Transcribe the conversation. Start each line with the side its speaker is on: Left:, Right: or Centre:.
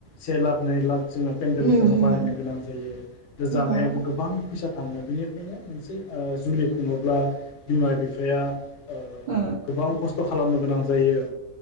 Left: से लाख नै लाख जोङो पेन्देल
Right: उम
Left: जोङो
Right: उम
Left: बानायनो गोनां जायो
Right: उम
Left: जानायावबो गोबां फैसा थाङो बिनि खायनो मोनसे जुलि खुङोब्ला बिमा बिफाया ओ
Right: उम
Left: गोबां खस्थ' खा खालामनो गोनां जायो